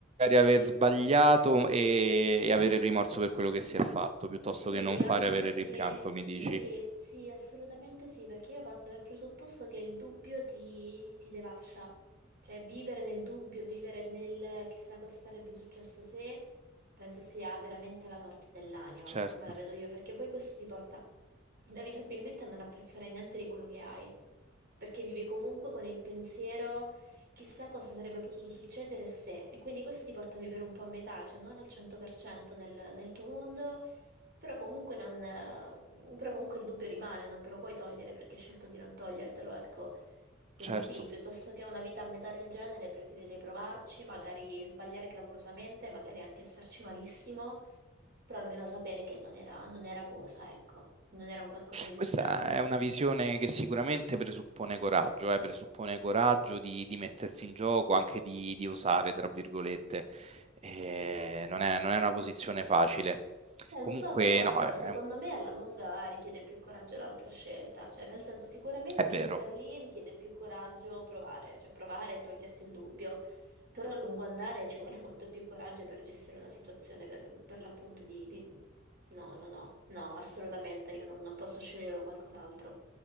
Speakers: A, on the right (about 30°); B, on the right (about 55°).
A: aver sbagliato e, e avere il rimorso per quello che si è fatto, piuttosto
B: Sì,
A: che non
B: anche
A: fare e avere
B: perché
A: il rimpianto, mi
B: sì,
A: dici.
B: sì, assolutamente sì, perché io parto dal presupposto che il dubbio ti, ti devasta. Cioè, vivere nel dubbio, vivere nel chissà cosa sarebbe successo se, penso sia veramente la morte dell'anima, per
A: Certo,
B: come la vedo io, perché poi questo ti porta inevitabilmente a non apprezzare niente di quello che hai, perché vivi comunque con il pensiero chissà cosa sarebbe potuto succedere se, e quindi questo ti porta a vivere un po' a metà, cioè non al 100% nel, nel tuo mondo però comunque, non, eh, però comunque il dubbio rimane, non te lo puoi togliere perché hai scelto di non togliertelo, ecco. Quindi
A: certo.
B: sì, piuttosto che una vita a metà del genere, preferirei provarci, magari sbagliare clamorosamente, magari anche starci malissimo, però almeno sapere che non era, non era cosa, ecco, non era un qualcosa di destinato
A: Questa
B: a me.
A: è una visione che sicuramente presuppone coraggio, eh, presuppone coraggio di, di mettersi in gioco, anche di, di osare, tra virgolette. Eh, non è, non è una posizione facile.
B: Eh,
A: Comunque,
B: lo so, però guarda,
A: no, è
B: secondo
A: un
B: me alla lunga richiede più coraggio l'altra scelta, cioè nel senso sicuramente
A: È vero,
B: lì per lì richiede più coraggio provare, cioè provare e toglierti il dubbio, però a lungo andare ci vuole <laughs> molto più coraggio per gestire una situazione per, per l'appunto di, di- No, no, no, no, assolutamente, io non, non posso scegliere qualcos'altro,